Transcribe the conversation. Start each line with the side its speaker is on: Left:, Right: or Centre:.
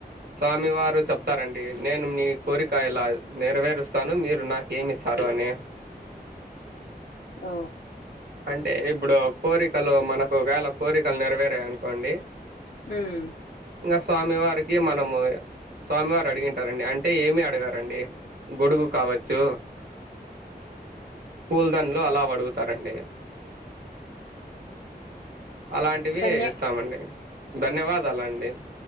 Right: స్వామి వారు చెప్తారండి నేను మీ కోరిక ఇలా నెరవేరుస్తాను మీరు నాక్ ఏమిస్తారు అని
Left: ఆ
Right: అంటే ఇప్పుడు కోరికలు మనకు వేళ కోరికలు నెరవేరాయనుకోండి
Left: మ్
Right: ఇంగ స్వామి వారికి మనము, స్వామివారు అడిగింటారండి. అంటే ఏమి అడగర్ అండి గొడుగు కావచ్చు పూలదండలు అలా అవడుగుతారండి అలాంటివి
Left: ధన్య
Right: ఇస్తామండి. ధన్యవాదాలండి